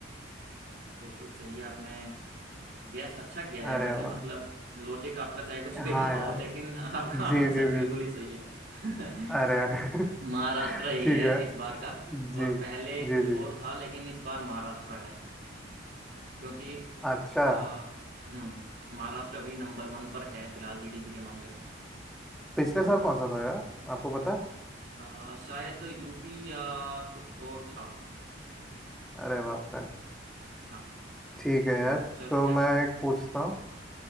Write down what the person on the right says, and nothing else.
बिल्कुल सही आपने गैस अच्छा किया है
वैसे
मतलब लॉजिक आपका चाहे कुछ भी
<laughs> रहा
हो लेकिन आपका
आंसर
बिल्कुल
ही सही है
<laughs>
महाराष्ट्र ही
है
इस बार का और
पहले कुछ
और
था लेकिन इस बार महाराष्ट्र है क्योंकि
अ, हम्म महाराष्ट्र अभी नंबर वन पर है फिलहाल जीडीपी के मामले में
तो
अ, शायद यूपी या कुछ और था
हाँ
तो
चलो खैर